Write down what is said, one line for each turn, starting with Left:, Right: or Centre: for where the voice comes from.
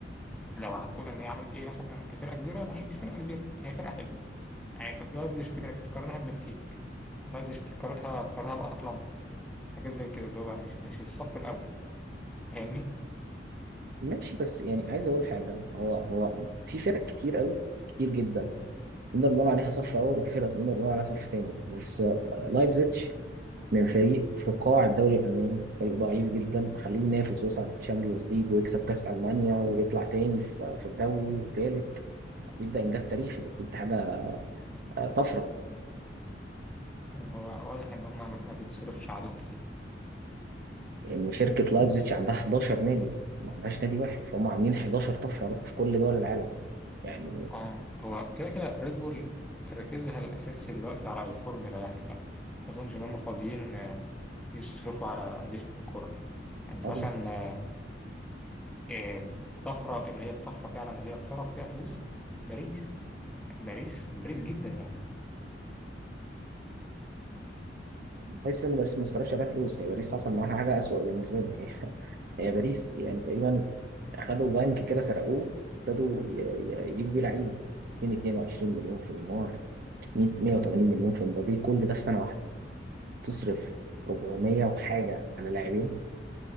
Centre: لو هتقول ان هي عملت ايه مثلا كفرقه كبيره هي مش فرقه كبيره هي فرقه حلوه يعني فرقة لايبزيج تك- تقارنها ببنفيكا لايبزيج تقارنها تقارنها باتلانتا حاجات زي كده اللي هو مش مش الصف الاول فاهمني؟
Right: ماشي بس يعني عايز أقول حاجة هو هو في فرق كتير قوي كتير جدا نقدر نقول عليها صف أول وفي فرق نقدر نقول عليها صف تاني بس آه، لايبزيتش من فريق في قاع الدوري الألماني فريق ضعيف جدا خليه ينافس ويصعد تشامبيونز ليج ويكسب كأس ألمانيا ويطلع تاني في في الدوري وتالت يبدأ إنجاز تاريخي أكيد دي حاجة آه، طفرة
Centre: هو واضح ان هم ما بيتصرفش عليهم كتير
Right: ان شركه لايبزيتش عندها 11 نادي ما عندهاش نادي واحد فهم عاملين 11 طفره بقى في كل دول العالم يعني
Centre: اه هو كده كده ريد بول تركيزها الأساسي دلوقتي على الفورمولا يعني ف ما أظنش إن هم فاضيين آه، يصرفوا على أندية الكورة أنت
Right: آه،
Centre: مثلا آه، آه، الطفرة اللي هي الطفرة فعلا اللي هي اتصرف فيها فلوس باريس باريس باريس جدا يعني
Right: بحس ان باريس ما صرفش عليها فلوس هي باريس حصل معاها حاجه اسوأ بالنسبه لي <laughs> هي باريس يعني تقريبا اخدوا بنك كده سرقوه ابتدوا ي- ي- يجيبوا بيه لعيبه 222 مليون في نيمار 100 180 مليون في مبابي كل ده في سنه واحده تصرف 400 وحاجه على لاعبين